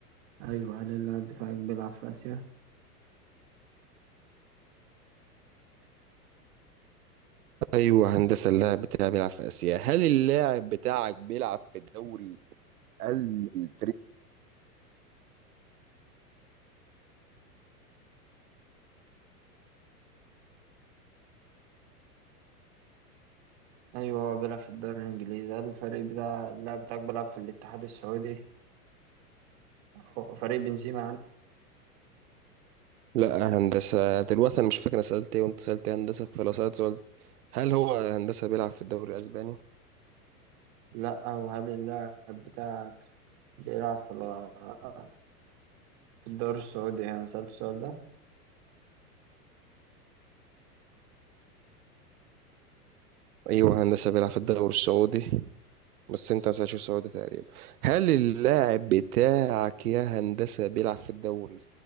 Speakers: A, on the right; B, on the right.
A: ايوه هل اللاعب بتاعك بيلعب في اسيا
B: أيوة هندسة اللاعب بتاعي بيلعب في آسيا هل اللاعب بتاعك بيلعب في الدوري ال-
A: أيوه هو بيلعب في الدوري الإنجليزي هل الفريق بتاع اللاعب بتاعك بيلعب في الاتحاد السعودي خ- فريق بنزيما يعني
B: لا هندسة دلوقتي أنا مش فاكر أنا سألت إيه وأنت سألت إيه يا هندسة فلو سألت سؤال هل هو هندسة بيلعب في الدوري الأسباني؟
A: لأ وهل اللاعب بتاعك بيلعب في ال- في الدوري السعودي أنا سألت السؤال ده
B: أيوه هندسة بيلعب في الدوري السعودي بس أنت ما سألتش السعودي تقريبا هل اللاعب بتاعك يا هندسة بيلعب في الدوري